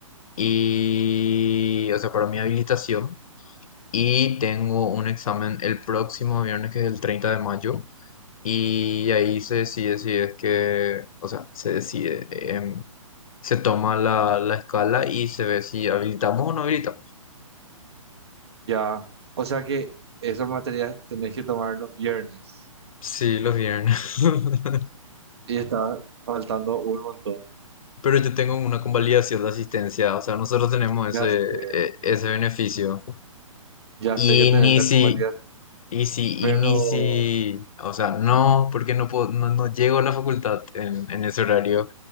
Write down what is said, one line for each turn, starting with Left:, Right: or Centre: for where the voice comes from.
Left: y, o sea, para mi habilitación. Y tengo un examen el próximo viernes, que es el 30 de mayo. Y ahí se decide si es que, o sea, se decide, em, se toma la, la escala y se ve si habilitamos o no habilitamos.
Right: Ya. O sea que esas materias tenés que tomar los viernes.
Left: Sí, los viernes. <laughs>
Right: Y está faltando un montón.
Left: Pero yo tengo una convalidación de asistencia, o sea, nosotros tenemos ese,
Right: Ya sé,
Left: e- ese beneficio.
Right: ya
Left: Y
Right: sé que tenés
Left: ni
Right: la
Left: si,
Right: convalida,
Left: Y si,
Right: pero
Left: y ni si, o sea, no, porque no puedo, no, no llego a la facultad en, en ese horario.